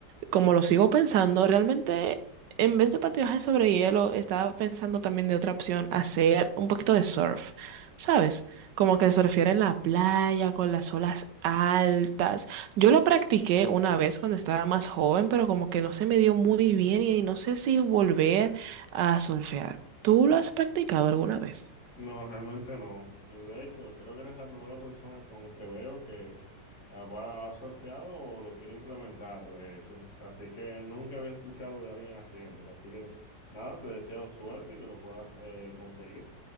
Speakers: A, on the right; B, on the left.
A: como lo sigo pensando, realmente en vez de patinaje sobre hielo, estaba pensando también de otra opción, hacer un poquito de surf, ¿sabes? Como que surfear en la playa con las olas altas. Yo lo practiqué una vez cuando estaba más joven, pero como que no se me dio muy bien y no sé si volver a surfear. ¿Tú lo has practicado alguna vez?
B: No, realmente no. Y de hecho, creo que eres la primera persona con que veo que ah, va ha sorteado o lo quiere implementar, de hecho. Así que nunca había escuchado de alguien haciéndolo. Así que nada, te deseo suerte y que lo puedas eh, conseguir